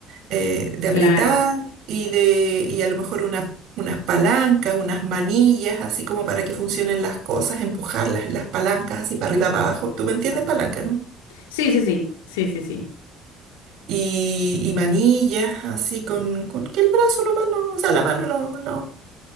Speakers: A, on the right (about 70°); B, on the left (about 90°).
A: eh, de
B: claro.
A: apretar y de, y a lo mejor una- unas palancas, unas manillas, así como para que funcionen las cosas, empujar las, las palancas así para arriba, para abajo. ¿Tú me entiendes, palanca, no?
B: Sí, sí, sí, sí, sí, sí.
A: y, y manillas, así con, con que el brazo nomás no, o sea, la mano lo, lo,